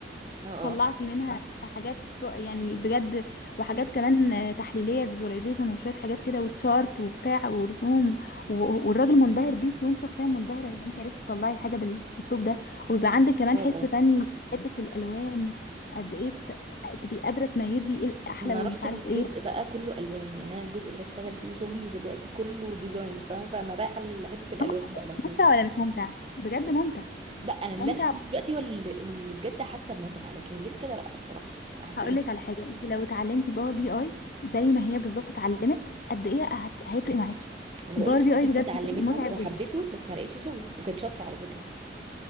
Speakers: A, on the right (about 30°); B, on the left (about 50°).
A: ده. اه
B: طلعتي
A: اه
B: منها صح؟ حاجات تو- يعني بجد وحاجات كمان آه، تحليليه فيزواليزيشن وشويه حاجات كده وتشارت وبتاع ورسوم و- والراجل منبهر بيكي وانت شخصيا منبهره ان انت عرفتي تطلعي الحاجه بالاسلوب ده وبيبقى عندك كمان
A: اه
B: حس
A: اه
B: فني في حته الالوان قد ايه بت... تبقي قادره تميزي ايه الاحلى
A: ما انا
B: ومش
A: رحت
B: عارف
A: الجزء
B: ايه
A: بقى كله الوان يعني انا الجزء اللي بشتغل فيه شغلي دلوقتي كله ديزاين فاهمه فانا رايحه لحته الالوان
B: آه،
A: بقى لوحدها
B: ممتع ولا مش ممتع بجد
A: ايه
B: ممتع
A: لا انا اللي
B: ممتع
A: انا فيه دلوقتي هو اللي اللي بجد حاسه بمتعه لكن غير كده لا بصراحه حاسه
B: هقول لك على حاجه انت لو اتعلمتي باور بي اي زي ما هي بالظبط اتعلمت قد ايه هت... هيفرق معاكي
A: ما انا
B: باور
A: بقولك صاحبتي
B: بي اي بجد
A: اتعلمته
B: <laughs> متعب
A: وحبته
B: جدا
A: بس ما لقيتش شغل وكانت شاطره على فكره